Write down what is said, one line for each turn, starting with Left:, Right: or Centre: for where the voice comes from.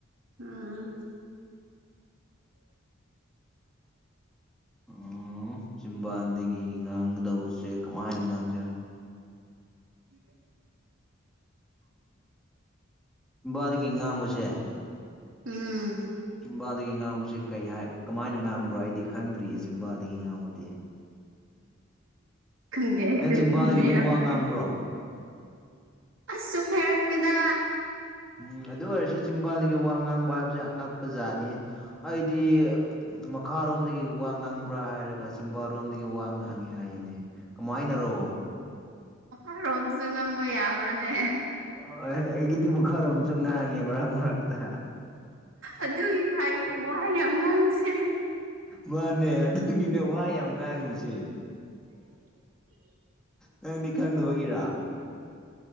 Right: ꯎꯝ
Centre: ꯎ ꯆꯖꯤꯝꯕꯥꯟꯗꯒꯤ ꯉꯥꯡꯒꯗꯧꯁꯦ ꯀꯃꯥꯏꯅ ꯉꯥꯡꯁꯦ
Right: ꯎ
Centre: ꯎꯝ ꯗꯀꯤꯉ ꯃꯁꯦ
Right: ꯎꯝ
Centre: ꯆꯝꯕꯥꯜꯗꯒꯤ ꯉꯥꯡꯕꯁꯤꯦ ꯀꯩ ꯍꯥꯏ ꯀꯃꯥꯏꯅ ꯉꯥꯡꯝꯈ꯭ꯔꯣ ꯑꯩꯗꯤ ꯈꯪꯗ꯭ꯔꯤꯌꯦ ꯆꯤꯝꯕꯥꯜꯗꯒꯤ ꯉꯥꯡꯒꯗꯤ
Right: ꯈꯪꯒꯦꯁ
Centre: ꯅꯪ ꯆꯤꯝꯕꯥꯜꯗꯒꯤ
Right: ꯁꯨꯝ ꯃꯔꯄꯅꯦ
Centre: ꯑꯗꯨꯝ ꯋꯥ ꯉꯥꯡꯕ꯭ꯔꯣ
Right: ꯑꯁ ꯆꯨꯝ ꯍꯥꯏꯩꯔꯛꯒꯅꯦꯗ
Centre: ꯎꯝ ꯑꯗꯨ ꯑꯣꯏꯔꯁꯨ ꯆꯤꯝꯕꯥꯗꯒꯤ ꯋꯥ ꯉꯥꯡꯕ ꯍꯥꯏꯕꯁꯦ ꯑꯉꯛꯄ ꯖꯥꯠꯅꯤ ꯑꯩꯗꯤ ꯃꯈꯥꯔꯣꯝꯗꯒꯤ ꯋꯥ ꯉꯥꯡꯕ꯭ꯔꯥ ꯍꯥꯏꯔꯒ ꯀꯥ ꯆꯤꯝꯕꯥꯔꯣꯝꯗꯒꯤ ꯋꯥ ꯉꯥꯡꯉꯦ ꯍꯥꯏꯌꯦꯅꯦ ꯀꯃꯥꯏꯅꯔꯣ
Right: ꯃꯈꯥꯔꯣꯝꯗꯨꯁꯨ ꯉꯪꯕ ꯌꯥꯕ꯭ꯔꯅꯦ
Centre: ꯍ ꯑꯩꯒꯤꯗꯤꯡ ꯃꯈꯥꯔꯣꯝꯁꯨ ꯉꯥꯡꯉꯦ ꯃꯔꯛ ꯃꯔꯛꯇ
Right: ꯑꯗꯨꯒꯤ ꯍꯥꯏ ꯋꯥ ꯌꯥꯝ ꯉꯥꯡꯕꯁꯦ
Centre: ꯃꯥꯅꯦ ꯑꯗꯨꯒꯤꯅꯦ ꯀ꯭ꯋꯥ ꯌꯥꯎꯅꯥꯡꯤꯁꯦ
Right: <unintelligible>
Centre: ꯅꯪꯗꯤ ꯈꯪꯗꯕꯒꯤꯔꯥ